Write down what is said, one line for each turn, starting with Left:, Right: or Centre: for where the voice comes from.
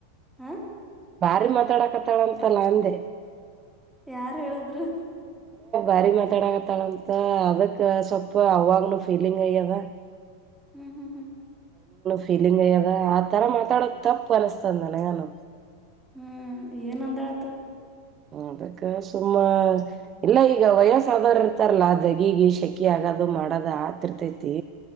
Centre: ಹ
Right: ಬಾರಿ ಮಾತಾಡಕತ್ತಾಡಂತಲ್ಲ ಅಂದೆ
Centre: ಯಾರ್ ಹೇಳದ್ರು
Right: ಾರಿ ಮ ತಡ ತಳಂತ ಅದಕ್ಕೆ ಸೊಪ್ಪ ಅವವಂಗನ ಫೀಲಿಂಗ್ ಯ್ಯದ
Centre: ಹ್ಮ್ ಹ್ಮ್ ಹ್ಮ್
Right: ಫೀಲಿಂಗ ಅಯ್ಯದ ಆ ತರ ಮಾತಾಡೋದು ತಪ್ಪು ಅನಿಸಸ್ತದನ ನಾನು
Centre: ಹ್ಮ್ ಏಏನಂದಳತ್ತು
Right: ಅದಕ್ಕ ಸುಮ್ಮ ಇಲ್ಲ ಈಗ ವಯಸ್ ಆದರ್ ಇರ್ತಾರಲ್ಲಾ ದಗಿಗ ಶೆಕಿ ಆಗದು ಮಾಡದು ಆತಿರ್ತತಿ